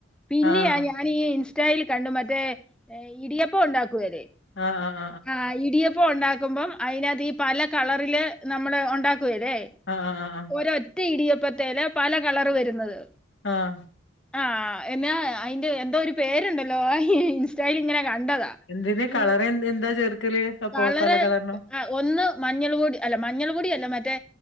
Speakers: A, in the centre; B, on the left (about 65°).
A: പിന്നെയാ
B: ആഹ്
A: ഞാ ഞാനീ ഇൻസ്റ്റായിൽ കണ്ടു മറ്റേ ഇടിയപ്പം ഉണ്ടാക്കുവേലേ
B: ആഹ് ആഹ്
A: ആഹ് ഇടിയപ്പം ഉണ്ടാക്കുമ്പം അതിനതിനകത്ത് ഈ പല കളറില് നമ്മള് ഉണ്ടാക്കുവേലേ
B: ആഹ് ആഹ്
A: ഓരൊറ്റ ഇടിയപ്പത്തേല് പല കളറ് വരുന്നത്
B: ആഹ്
A: ആഹ് എന്നാ അതിന്റെ എന്തോ ഒരു പേരുണ്ടല്ലോ ഇൻസ്റ്റായില് ഇങ്ങനെ കണ്ടതാ
B: എന്തിന് കളർ
A: ഈ
B: എ എന്താ ചേർക്കല് അപ്പൊ
A: വളരെ
B: പല കളറിനും
A: അഹ് ഒന്ന് മഞ്ഞൾ പൊടി അല്ല മഞ്ഞൾ പൊടിയല്ലാ മറ്റേ